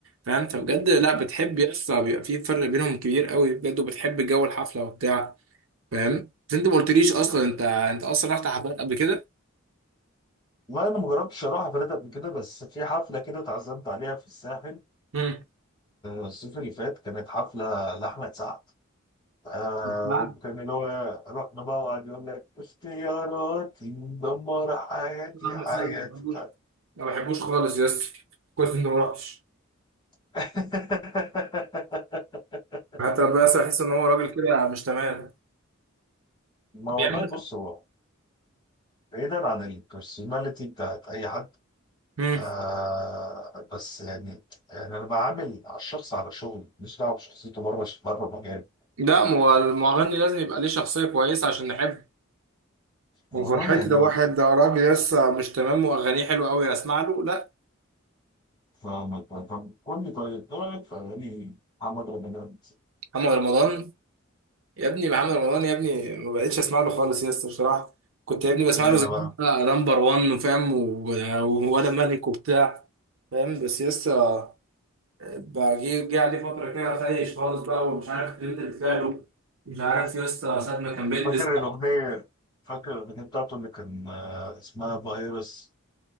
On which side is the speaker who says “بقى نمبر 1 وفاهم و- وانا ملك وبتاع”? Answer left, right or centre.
Right